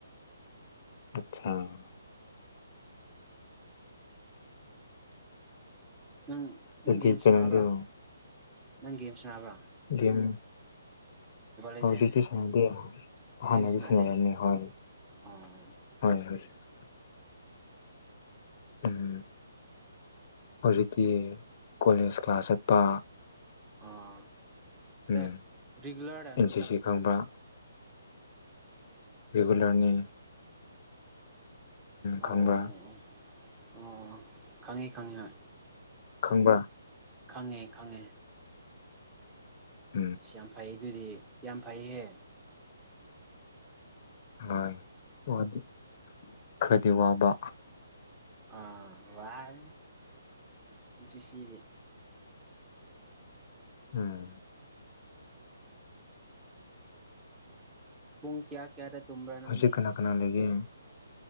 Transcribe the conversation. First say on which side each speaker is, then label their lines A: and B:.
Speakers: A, on the left; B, on the right.
A: ꯑꯆꯁꯥ
B: ꯅꯪ ꯅꯪ
A: ꯑꯗꯨꯗꯤ
B: ꯒꯦꯝ ꯁꯥꯟꯅꯕ꯭ꯔꯥ
A: ꯀꯩꯅꯣꯗꯣ
B: ꯅꯪ ꯒꯦꯝ ꯁꯟꯅꯕ꯭ꯔꯥ
A: ꯒꯦꯝ
B: ꯂꯦꯖꯦꯟ
A: ꯍꯧꯖꯤꯛꯇꯤ ꯁꯥꯟꯅꯗꯦ ꯑꯍꯥꯟꯕꯗꯗꯤ
B: ꯍꯧꯖꯤꯛꯇꯤ ꯁꯥꯟꯅꯗꯦ
A: ꯁꯅꯔꯝꯃꯦ ꯍꯣꯏ
B: ꯑꯣ
A: ꯍꯣꯏ ꯍꯧꯖꯤꯛ ꯎꯝ ꯍꯧꯖꯤꯛꯇꯤ ꯀꯣꯂꯦꯖ ꯀ꯭ꯂꯥꯁ ꯆꯠꯄ
B: ꯑꯥꯑ
A: ꯎꯝ
B: ꯑꯦ ꯔꯤꯒꯨꯂꯥꯔꯥ
A: ꯑꯦꯟ
B: ꯅꯪ
A: ꯁꯤ
B: ꯆꯠꯄꯗꯣ
A: ꯁꯤ ꯈꯪꯕ꯭ꯔꯥ ꯔꯤꯒꯨꯂꯥꯔꯅꯤ ꯈꯪꯕ꯭ꯔꯥ
B: ꯑꯥꯑꯣ ꯑꯥꯑꯣ ꯈꯪꯉꯤ ꯈꯪꯉꯤ ꯍꯣꯏ
A: ꯈꯪꯕ
B: ꯈꯪꯉꯦ ꯈꯪꯉꯦ
A: ꯎꯝ
B: ꯁꯤ ꯌꯥꯝ ꯐꯩ ꯑꯗꯨꯗꯤ ꯌꯥꯝ ꯐꯩꯌꯦ
A: ꯍꯣꯏ ꯋꯥꯗꯤ ꯈꯔꯗꯤ ꯋꯥꯕ
B: UNINTELLIGIBLE
A: ꯎꯝ
B: ꯄꯨꯡ ꯀꯌꯥ ꯀꯌꯥꯗ ꯇꯨꯝꯕ꯭ꯔꯥ ꯅꯪꯗꯤ
A: ꯍꯧꯖꯤꯛ ꯀꯅꯥ ꯀꯅꯥ ꯂꯩꯒꯦ